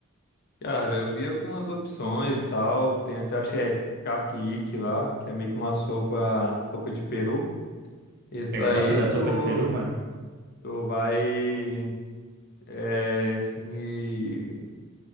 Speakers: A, on the left; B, on the right.
A: Cara, eu vi algumas opções e tal. Tem até, acho que é caquique lá, que é meio que uma sopa, sopa de peru. Esse
B: Você
A: daí
B: gosta da sopa
A: tu,
B: de peru, mano?
A: tu vai, é, assim, como